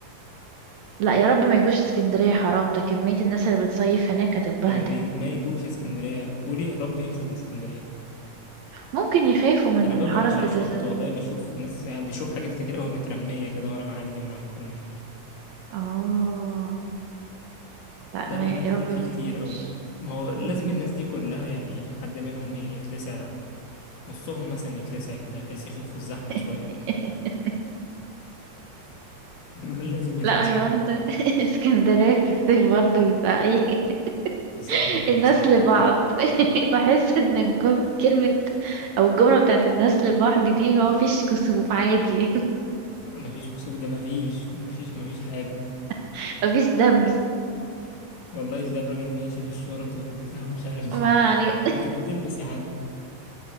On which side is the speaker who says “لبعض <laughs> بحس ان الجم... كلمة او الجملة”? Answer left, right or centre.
Right